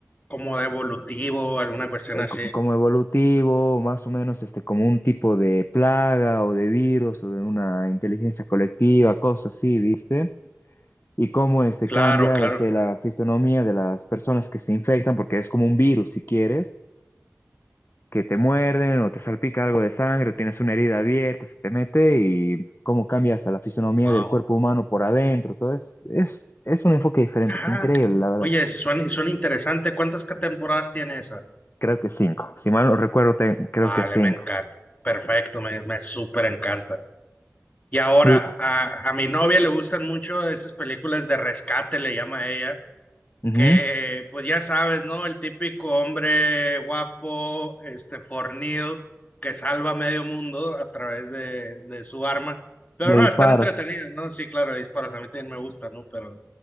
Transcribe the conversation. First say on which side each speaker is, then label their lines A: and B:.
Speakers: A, on the left; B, on the left.
A: Como de evolutivo, alguna cuestión así.
B: co- como evolutivo, más o menos este, como un tipo de plaga o de virus o de una inteligencia colectiva, cosas así, ¿viste? Y cómo este,
A: Claro,
B: cambia
A: claro.
B: este, la fisonomía de las personas que se infectan, porque es como un virus, si quieres, que te muerden o te salpica algo de sangre o tienes una herida abierta, se te mete y cómo cambia hasta la fisonomía
A: Wow.
B: del cuerpo humano por adentro. Todo es, es, es un enfoque diferente,
A: Ah,
B: es increíble,
A: ok.
B: la verdad.
A: Oye, suena, suena interesante. ¿Cuántas ca- temporadas tiene esa?
B: Creo que cinco. Si mal no recuerdo, te- creo
A: Vale,
B: que cinco.
A: me encanta. Perfecto, me, me súper encanta. Y ahora,
B: Y,
A: a, a mi novia le gustan mucho esas películas de rescate, le llama a ella
B: ujú.
A: que pues ya sabes, ¿no? El típico hombre guapo, este, fornido, que salva a medio mundo a través de, de su arma. Pero
B: de
A: no,
B: disparos.
A: están entretenidas, ¿no? Sí, claro, disparos, a mí también me gusta, ¿no? Pero